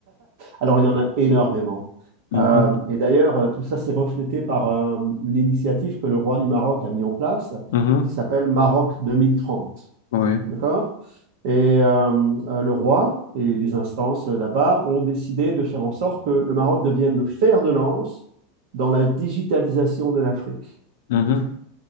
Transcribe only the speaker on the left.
Mhm,
mhm,
oui,
mhm.